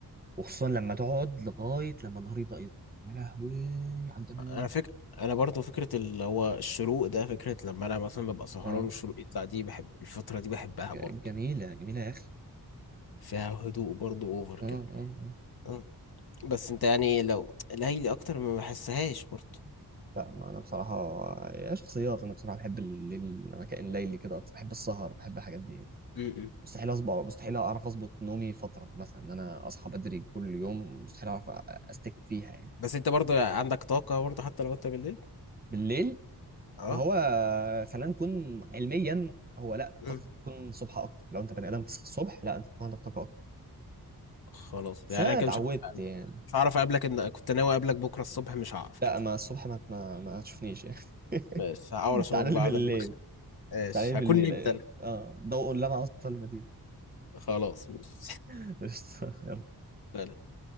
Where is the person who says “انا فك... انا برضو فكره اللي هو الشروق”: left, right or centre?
Left